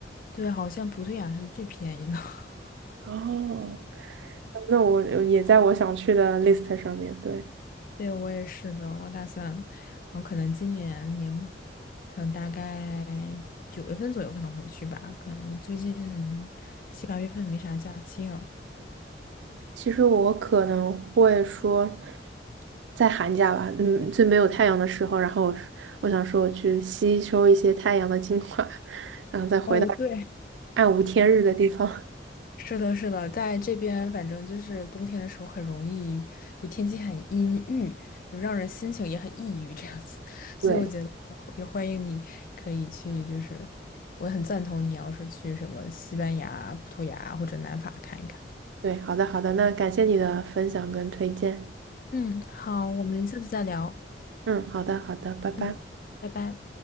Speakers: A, on the left; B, on the right.
A: 对，好像葡萄牙是最便宜的。<laughs>
B: 哦，那我也在我想去的 list 上面。对，
A: 对，我也是的，我打算，然后可能今年年，可能大概九月份左右可能回去吧，可能最近七八月份没啥假期了。
B: 其实我可能会说，在寒假吧，嗯，最没有太阳的时候，然后我我想说我去吸收一些太阳的精华，<laughs> 然后再回到
A: 哦，对，
B: 暗无天日的地方。
A: 是的，是的，在这边反正就是冬天的时候很容易，就天气很阴郁，就让人心情也很抑郁这样子，
B: <laughs>
A: <laughs> 所以我觉得也欢迎你可以去，
B: 对。
A: 就是我很赞同你要是去什么西班牙、葡萄牙或者南法看一看。
B: 对，好的好的，那感谢你的分享跟推荐。
A: 嗯，好，我们下次再聊。
B: 嗯，好的好的，拜拜。
A: 嗯，拜拜。